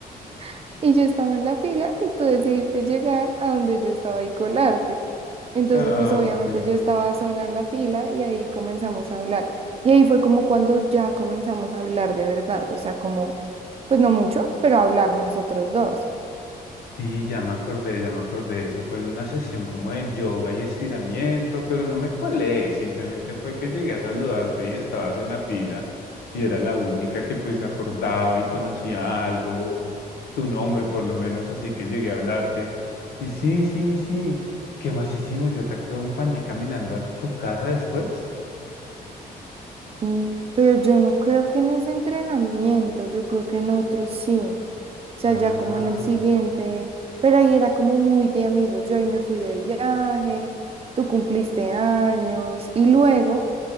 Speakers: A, on the right; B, on the left.
A: <laughs> y yo estaba en la fila y tú decidiste llegar a donde yo estaba y colarte. Entonces,
B: Ah,
A: pues obviamente
B: pues.
A: yo estaba sola en la fila y ahí comenzamos a hablar. Y ahí fue como cuando ya comenzamos a hablar de verdad, o sea, como, pues no mucho, pero hablar nosotros dos.
B: Sí, ya me acordé, ya me acordé. Eso fue en una sesión como de yoga y estiramiento, pero no me colé. Simplemente fue que llegué a saludarte y estabas en la fila y era la única que pues me acordaba y conocía algo, tu nombre por lo menos, así que llegué a hablarte. Y sí, sí, sí. ¿Qué más hicimos? Yo te acompañé caminando a tu casa después.
A: Mm, Pero yo no creo que en ese entrenamiento, yo creo que en otros sí. O sea,
B: Ah.
A: ya como en el siguiente, pero ahí era como muy de amigos. Yo ahí me fui de viaje, tú cumpliste años y luego,